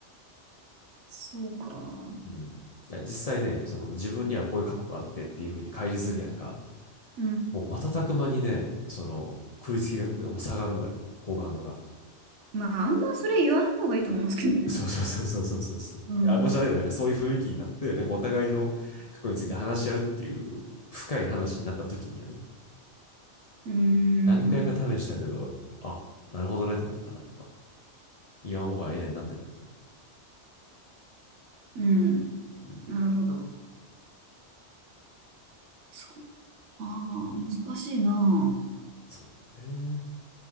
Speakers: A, on the right; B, on the left.
A: そうか。
B: うん。いや、実際ね、その、自分にはこういう過去があってっていうふうに乖離するやんか。
A: うん。
B: もう瞬く間にね、その、食いつきが、もう下がるのよ、好感度が。
A: まあ、あんまそれ言わない方がいいと思いますけどね。
B: <laughs> そうそうそうそうそうそうそう。
A: うん。
B: あ、もしあれだよ、なんかそういう雰囲気になって、なんかお互いの過去について話し合うっていう深い話になった時にはね、
A: うん。
B: 何回か試したけど、あ、なるほどねと思ったな、やっぱ。言わん方がええねんなってなった。
A: うん。
B: うん。
A: なるほど。そうああ、難しいな。
B: そうね。